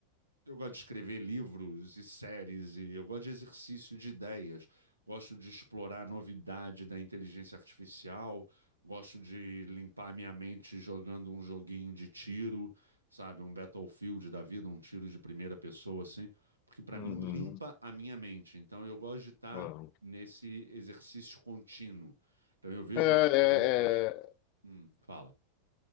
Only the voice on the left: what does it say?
uhum,
ah.
É, é,
é,